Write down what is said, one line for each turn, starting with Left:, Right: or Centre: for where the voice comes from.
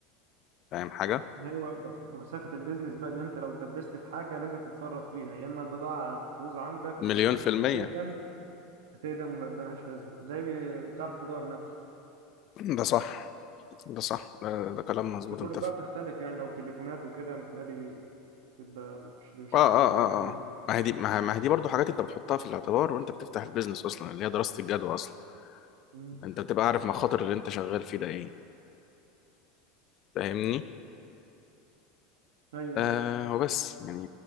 Left: فاهم حاجة
Right: ايوه وس- وساخه البيزنس بقى اللي انت لو اتدبست في حاجه لازم تتصرف فيها يا اما البضاعه هتبوظ عندك
Left: مليون
Right: وهتقدم
Left: في المية
Right: هتقدم ومبقالهاش لازمه زي بتاع الخضار نفسه
Left: ده صح ده صح ده, ده كلام مظبوط
Right: بس كل
Left: انت
Right: بقى بتختلف يعني لو تليفونات وكده متهيألي تبقى مش مش
Left: اه اه
Right: هتخسر فيها
Left: اه
Right: كتير
Left: اه
Right: يعني.
Left: ما هي دي ما هي ما هي دي برضه حاجات انت بتحطها في الاعتبار وانت بتفتح البيزنس اصلا اللي هي دراسة الجدوى اصلا
Right: مم.
Left: انت بتبقى عارف مخاطر اللي انت شغال فيه ده ايه فاهمني
Right: أيوه
Left: آه وبس يعني